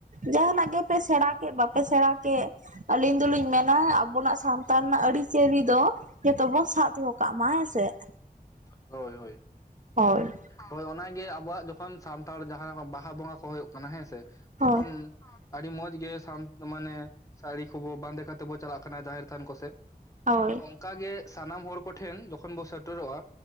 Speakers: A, on the right (about 50°); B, on the left (about 20°).
A: ᱡᱟᱦᱟᱱᱟᱜ ᱜᱮᱯᱮ ᱥᱮᱬᱟ ᱠᱮᱫ ᱵᱟᱯᱮ ᱥᱮᱬᱟ ᱠᱮᱫ ᱟᱹᱞᱤᱧ ᱫᱚᱞᱤᱧ ᱢᱮᱱᱟ ᱟᱵᱚᱱᱟᱜ ᱥᱟᱱᱛᱟᱲ ᱨᱮᱱᱟᱜ ᱟᱹᱨᱤᱪᱟᱹᱞᱤ ᱫᱚ ᱡᱚᱛᱚᱵᱚᱱ ᱥᱟᱵ ᱫᱚᱦᱚ ᱠᱟᱜᱟ ᱢᱟᱭ ᱟ ᱥᱮᱼᱼ
B: ᱦᱳᱭ ᱦᱳᱭ
A: ᱦᱚᱭ
B: ᱦᱳᱭ ᱚᱱᱟᱜᱮ ᱟᱵᱚᱣᱟᱜ ᱡᱚᱠᱷᱚᱱ ᱥᱟᱱᱛᱟᱲ ᱡᱟᱦᱟᱸ ᱵᱟᱦᱟ ᱵᱚᱸᱜᱟ ᱠᱚ ᱦᱩᱭᱩᱜ ᱠᱟᱱᱟ ᱦᱮᱸ ᱥᱮ ᱛᱚᱠᱷᱚᱱᱼᱼ
A: ᱦᱳᱭ
B: ᱟᱹᱰᱤ ᱢᱚᱡᱽ ᱜᱮ ᱢᱟᱱᱮ ᱥᱟᱹᱲᱤ ᱠᱚᱵᱚ ᱵᱟᱸᱫᱮ ᱠᱟᱛᱮ ᱵᱚ ᱪᱟᱞᱟᱜ ᱠᱟᱱᱟ ᱡᱟᱦᱮᱨ ᱛᱷᱟᱱ ᱠᱚ ᱥᱮᱫ᱾
A: ᱦᱳᱭ
B: ᱚᱱᱠᱟ ᱜᱮ ᱥᱟᱱᱟᱢ ᱦᱚᱲ ᱠᱚᱴᱷᱮᱱ ᱡᱚᱠᱷᱚᱱ ᱵᱚᱱ ᱥᱮᱴᱮᱨᱚᱜᱼᱟ